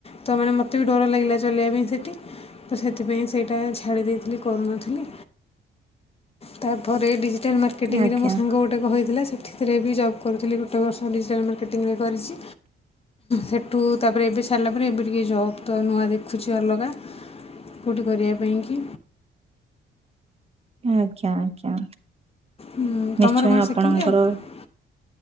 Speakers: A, on the left; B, on the right.
A: ତ ମାନେ ମତେ ବି ଡ଼ ଡର ଲାଗିଲା ଚଲେଇବା ପାଇଁ ସେଠି ତ ସେଥିପାଇଁ ସେଇଟା ଛାଡ଼ି ଦେଇଥିଲି କରୁନଥିଲି। ତାପରେ ଏଇଠି ଯେ ଡିଜିଟାଲ ମାର୍କେଟିଙ୍ଗରେ
B: ଆଜ୍ଞା
A: ମୋ ସାଙ୍ଗ ଗୋଟେ କହିଥିଲା ସେଥି ଥିରେ ବି ଜବକରୁଥିଲି ଗୋଟେ ବର୍ଷ ଡିଜିଟାଲ ମାର୍କ ମାର୍କେଟିଙ୍ଗରେ କରିଛି ସେଠୁ ତାପରେ ଏବେ ଛାଡ଼ିଲା ପରେ ଏବେ ଟିକେ ଜବ୍ ତ ନୂଆ ଦେଖୁଛି ଅଲଗା କଉଠି କରିବା ପାଇଁ କି।
B: ଆଜ୍ଞା ଆଜ୍ଞା।
A: ଉଁ, ତମର
B: ନିଶ୍ଚୟ
A: କ'ଣ
B: ଆପଣଙ୍କର।
A: ସେକେଣ୍ଡ ଇୟର୍